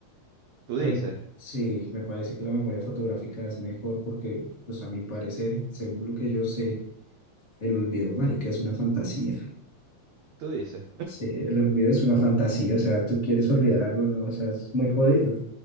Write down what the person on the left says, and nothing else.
A
ver, sí, me parece que la memoria fotográfica es mejor porque, pues a mi parecer, según lo que yo sé, el olvido, marica, es una fantasía.
Sí, el olvido es una fantasía, o sea, tú quieres olvidar algo, ¿no? O sea, es muy jodido.